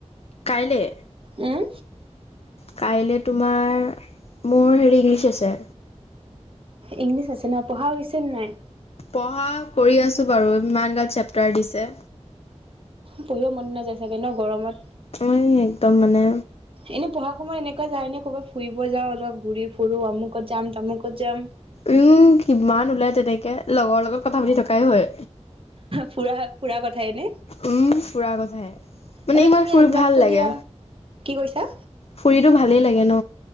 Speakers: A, on the left (about 60°); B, on the right (about 50°).
A: কাইলৈ
B: উম।
A: কাইলৈ তোমাৰ, মোৰ হেৰি ইংলিছ আছে।
B: ইংলিছ আছে ন, পঢ়া হৈছে নে নাই?
A: পঢ়া কৰি আছো বাৰু, ইমান গাল চেপ্তাৰ দিছে।
B: পঢ়িও মন নাযায় চাগে ন গৰমত?
A: উ'ম একদম মানে
B: এনে পঢ়া সময়ত এনেকুৱা যায় ননে, ক'ৰবাত ফুৰিব যাওঁ অলপ ঘূৰি ফুুৰো অমুকত যাম তামুকত যাম!
A: উম কিমান ওলাই তেনেকে, লগৰ লগত কথা পাতি থকাই হয়।
B: ফুৰা ফুৰা কথাইনে?
A: উম ফুৰা কথাহে মানে
B: তে
A: ইমান
B: তুমি
A: ফুৰি
B: একজামতটো
A: ভাল লাগে
B: দিয়া। কি কৈছা?
A: ফুৰিতো ভালেই লাগে ন